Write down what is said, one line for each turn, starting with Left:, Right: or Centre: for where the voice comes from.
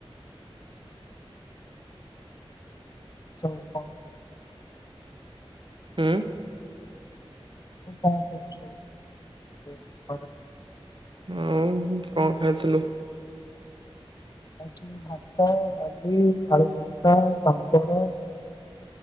Left: ସବୁ କଣ କି?
Right: ଉଁ,
Left: ଓ କଣ କରୁଛୁ? <inaudible>
Right: ଆଉ କଣ ଖାଇଥିଲୁ?
Left: ଖାଇଥିଲି ଭାତ, ଡାଲି ଆଳୁ ଭର୍ତା, ପାମ୍ପଡ଼।